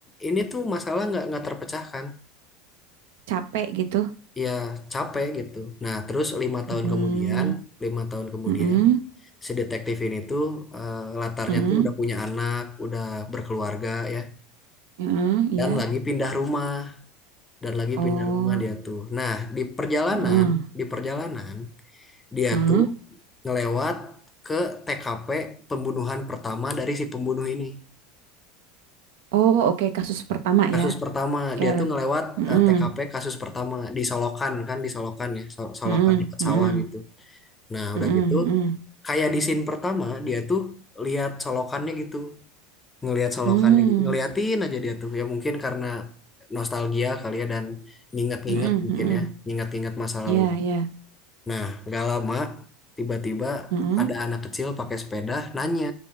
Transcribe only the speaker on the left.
ini tuh masalah nggak nggak terpecahkan
ya capek gitu nah terus lima tahun
kemudian lima tahun kemudian
si detektif ini tuh eh, latarnya
tuh udah punya anak udah berkeluarga ya
dan lagi pindah rumah dan lagi
pindah rumah dia tuh nah di perjalanan
di perjalanan dia
tuh ngelewat ke TKP pembunuhan pertama dari si pembunuh ini.
Kasus
pertama,
dia tuh ngelewat
eh, TKP kasus pertama di Solokan kan, di Solokan ya, Sol- Solokan
dekat
sawah gitu. Nah,
udah gitu
kayak di scene pertama dia tuh lihat Solokannya gitu, ngelihat Solokannya,
gi- ngeliatin aja dia tuh. Ya mungkin karena nostalgia kali ya dan nginget-nginget
mungkin
ya, nginget-nginget masa
lalu.
Nah, nggak lama tiba-tiba
ada anak kecil pakai sepeda nanya